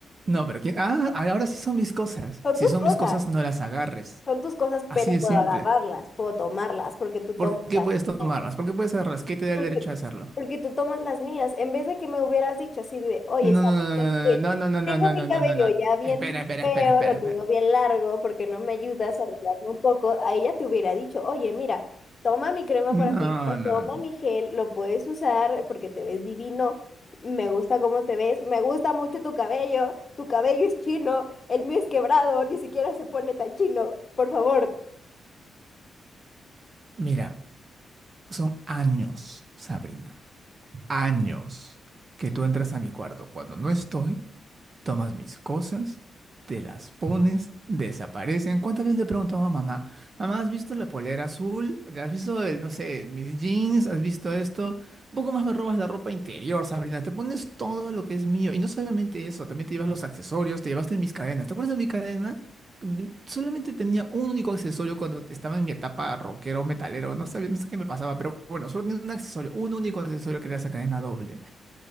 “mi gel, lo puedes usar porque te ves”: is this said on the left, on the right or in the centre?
Left